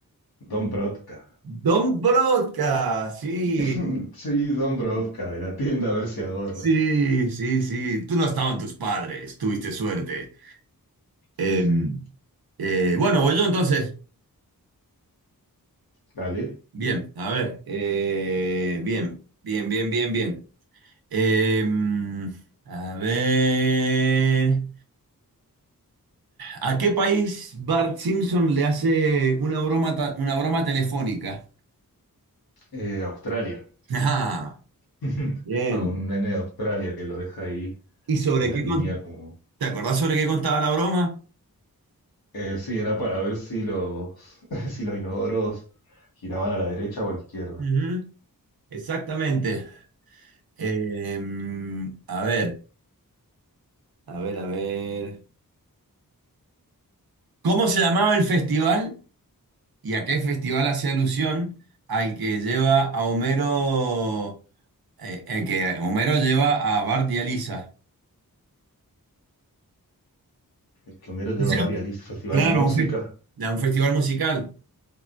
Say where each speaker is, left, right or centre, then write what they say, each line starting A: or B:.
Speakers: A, on the left (about 85°); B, on the right (about 85°).
A: Don Brodka.
B: Don Broca, sí,
A: <laughs> Sí, Don Brodka, de la tienda a ver si ahorra.
B: sí, sí, sí. Tú no estaban tus padres, tuviste suerte. Eh,
A: Sí, sí.
B: eh, bueno, voy yo entonces.
A: Dale.
B: Bien, a ver, eh, bien, bien, bien, bien, bien. Em, a ver, ¿a qué país Bart Simpson le hace una broma, ta- una broma telefónica?
A: Eh, Australia,
B: <laughs> Ajá.
A: <laughs>
B: bien.
A: a un nene de Australia que lo deja ahí
B: ¿Y sobre
A: en la
B: qué
A: línea
B: con-
A: como...
B: ¿Te acordás sobre qué contaba la broma?
A: Eh, sí, era para ver si los, <laughs> si los inodoros giraban a la derecha o a la izquierda.
B: Ujú, Exactamente. Em, a ver, a ver, a ver. ¿Cómo se llamaba el festival y a qué festival hace alusión al que lleva a Homero? eh, eh, que Homero lleva a Bart y a Lisa.
A: El que Homero lleva
B: Dice,
A: varias listas, Festival
B: Claro,
A: de Música,
B: a un, fe- a un festival musical.